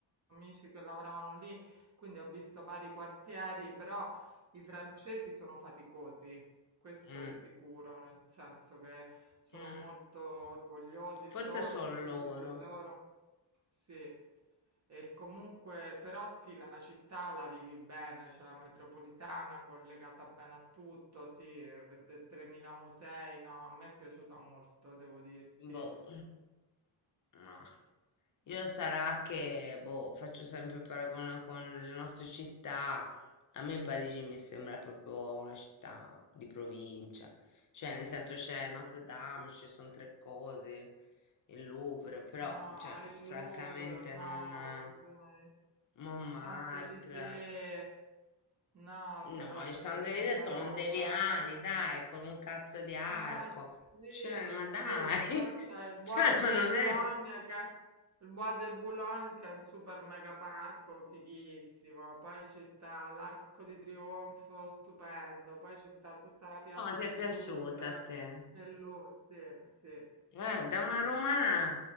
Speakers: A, on the right; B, on the left.
A: amici che lavoravano lì, quindi ho visto vari quartieri, però i francesi sono faticosi, questo
B: mm,
A: è sicuro, nel senso che sono
B: mm.
A: molto orgogliosi
B: Forse
A: di loro,
B: sono
A: sicuri
B: loro.
A: di loro. Sì. E comunque, però sì, la città la vivi bene, c'è la metropolitana collegata bene a tutto, sì, vede- 3.000 musei, no, a me è piaciuta molto, devo dirti.
B: Boh, no. Io sarà che, boh, faccio sempre il paragone con le nostre città. A me Parigi mi sembra proprio una città di provincia. Cioè, nel senso c'è Notre Dame, ci sono tre cose, il Louvre, però,
A: No,
B: cioè,
A: il
B: francamente
A: Louvre, no,
B: non... eh,
A: ci sono i
B: Montmartre.
A: Champs-Élysées, no, però
B: No, i
A: c'è
B: Champs-Élysées
A: tanta
B: sono
A: roba.
B: dei viali, dai, con un cazzo di arco.
A: Ma sì,
B: Cioè, ma dai!
A: sì, però
B: <laughs>
A: c'è il Bois
B: Cioè, ma
A: de
B: non
A: Boulogne
B: è...
A: che il Bois de Boulogne che è un super mega parco fighissimo, poi ci sta l'Arco di Trionfo, stupendo, poi ci sta tutta la piazza
B: No, ti è
A: del
B: piaciuta
A: Louvre
B: a te?
A: e lo sì, sì,
B: Eh, da una
A: sì,
B: romana,
A: sì,